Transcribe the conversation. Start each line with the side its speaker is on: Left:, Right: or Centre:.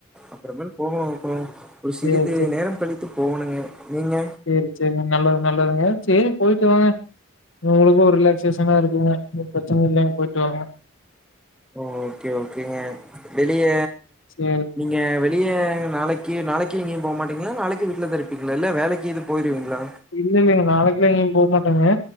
Centre: அப்புறமா மேல் போவோ ஒரு சிறிது
Left: சேரி
Centre: நேரம் கழித் த்து போணுங்க நீங்க
Left: செரி செரி நல்லது நல்லதுங்க செரி போயிட்டு வாங்க உங்களுக்கு ஒரு ரிலாக்சேஷனா இருக்குங்க பிரச்சன இல்லங்க போயிட்டு வாங்க
Centre: ஓக்கே ஓக்கேங்க வெளிய
Left: சேரி
Centre: நீங்க வெ ளிய நாளைக்கு நாளைக்கு எங்கயிம் போ மாட்டீங்களா நாளைக்கு வீட்டிலதா இருப்பிங்களா இல்ல வேலைக்கு எது போயிடுவீங்களா
Left: இல்லங்க நாளைக்குல்லா எங்கேயு போ மாட்டாங்க